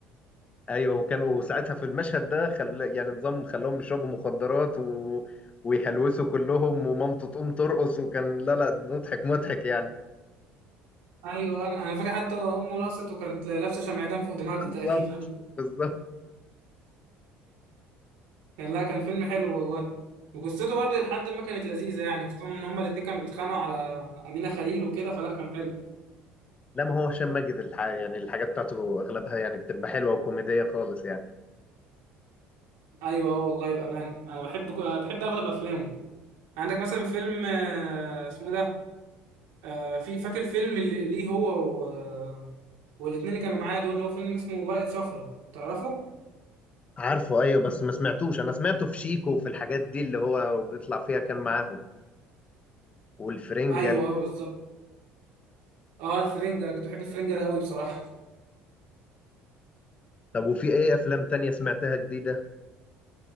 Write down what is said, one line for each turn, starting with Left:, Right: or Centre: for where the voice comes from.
Left: أيوه وكانوا ساعتها في المشهد ده خل... يعني نظام خلاهم يشربوا مخدرات و... ويهلوسوا كلهم ومامته تقوم ترقص وكان لا لا مضحك مضحك يعني
Right: ايوه انا انا فاكر حتى امه رقصت وكانت لابسه شمعدان فوق دماغها
Left: بالظبط
Right: تقريبا <laughs>
Left: بالظبط
Right: كان لا كان فيلم حلو والله وقصته برضه لحد ما كانت لذيذه يعني خصوصا ان هم الاتنين كانوا بيتخانقوا على امينه خليل وكده فلا كان حلو
Left: لا ما هو هشام ماجد الح... يعني الحاجات بتاعته أغلبها يعني بتبقى حلوة وكوميدية خالص يعني
Right: ايوه اه والله بامانه انا بحب بحب اغلب افلامه عندك مثلا فيلم آه، اسمه ده آه، في فاكر فيلم اللي ليه هو و... والاتنين اللي كانوا معايا دول اللي هو فيلم اسمه ورقة صفرا تعرفه؟
Left: عارفه ايوه بس ما سمعتوش انا سمعته في شيكو وفي الحاجات دي اللي هو بيطلع فيها كان معاهم والفرنجل
Right: ايوه اه بالظبط اه الفرنجة انا كنت بحب الفرنجة ده قوي بصراحة <laughs>
Left: طب وفي ايه افلام تانية سمعتها جديدة